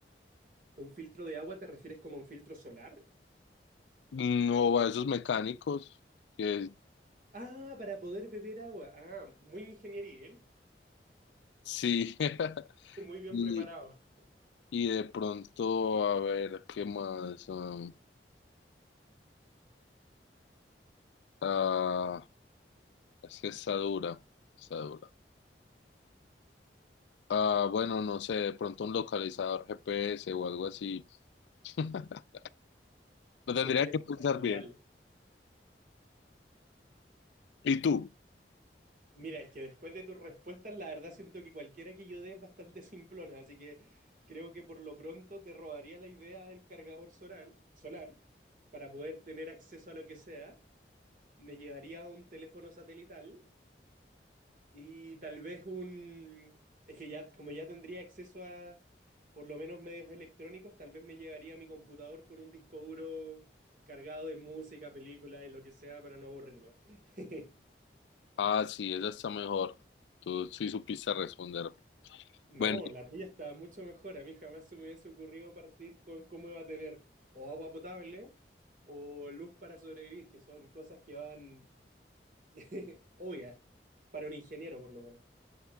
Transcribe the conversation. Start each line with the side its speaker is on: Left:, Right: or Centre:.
Right: ¿Un filtro de agua te refieres como a un filtro solar?
Left: no a esos mecánicos que
Right: Ah, para poder beber agua. Ah, muy ingeniería, ¿eh?
Left: sí. <laughs>
Right: Muy bien
Left: Y,
Right: preparado.
Left: y de pronto, a ver, ¿qué más? Um, ah, es que está dura, está dura. Ah, bueno, no sé, de pronto un localizador GPS o algo así. <laughs> Lo tendría
Right: Un teléfono
Left: que pensar
Right: celular.
Left: bien. ¿Y tú?
Right: Mira, es que después de tus respuestas, la verdad siento que cualquiera que yo dé es bastante <laughs> simplona, así que creo que por lo pronto te robaría la idea del cargador solar, solar para poder tener acceso a lo que sea. Me llevaría un teléfono satelital y tal vez un... Es que ya, como ya tendría acceso a por lo menos medios electrónicos, tal vez me llevaría mi computador con un disco duro cargado de música, películas y lo que sea para no aburrirme. <laughs>
Left: Ah, sí, esa está mejor. Tú sí supiste responder.
Right: No,
Left: Bueno,
Right: la tuya está mucho mejor. A mí jamás se me hubiese ocurrido partir con cómo iba a tener o agua potable o luz para sobrevivir, que son cosas que van <laughs> obvias para un ingeniero, por lo menos.